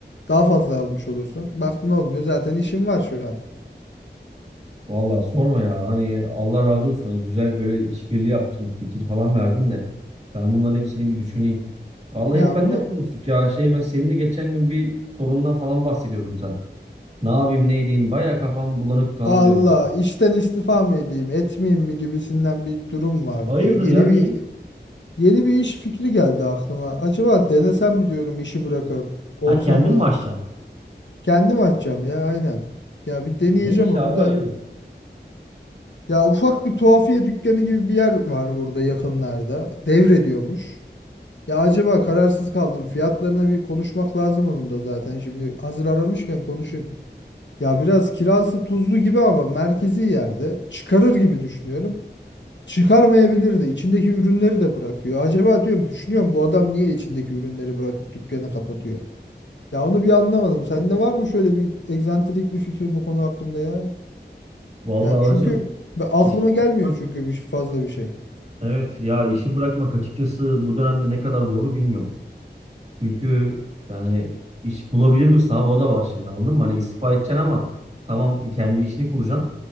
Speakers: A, on the left; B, on the right.
A: daha fazla almış olursun. Baktın olmuyor zaten işim var şu an.
B: Vallahi sorma ya. Hani Allah razı olsun. Hani güzel böyle işbirliği yaptın. Fikir falan verdin de. Ben bunların hepsini bir düşüneyim. Vallahi
A: Yani
B: hep benden
A: bunu
B: konuştuk ya. Şey mesela seninle geçen gün bir sorundan falan bahsediyordum sen. Ne yapayım ne edeyim. Baya kafam bulanık falan
A: Allah
B: diyordun sen.
A: işten istifa mı edeyim etmeyeyim mi gibisinden bir durum vardı.
B: Hayırdır
A: Yeni
B: ya niye?
A: bir yeni bir iş fikri geldi aklıma. Acaba denesem mi diyorum işi bırakıp olsa
B: Ha kendin
A: mı?
B: mi açacaksın?
A: Kendim açacağım ya aynen. Ya bir deneyeceğim
B: Ne iş
A: onu
B: abi hayırdır?
A: da. Ya ufak bir tuhafiye dükkanı gibi bir yer var burada yakınlarda. Devrediyormuş. Ya acaba kararsız kaldım. Fiyatlarına bir konuşmak lazım onun da zaten. Şimdi hazır aramışken konuşayım. Ya biraz kirası tuzlu gibi ama merkezi yerde çıkarır gibi düşünüyorum. Çıkarmayabilir de içindeki ürünleri de bırakıyor. Acaba diyorum düşünüyorum bu adam niye içindeki ürünleri bırakıp dükkanı kapatıyor? Ya onu bir anlamadım. Sende var mı şöyle bir egzantrik bir fikir bu konu hakkında ya?
B: Vallahi
A: Ya çünkü
B: hocam
A: be- aklıma
B: İşi
A: gelmiyor
B: bırakmak,
A: çünkü bir fazla bir şey.
B: evet ya işi bırakmak açıkçası bu dönemde ne kadar doğru bilmiyorum. Çünkü yani iş bulabilir misin abi o da var şimdi anladın mı? Hani istifa edeceksin ama tamam kendi işini kuracaksın.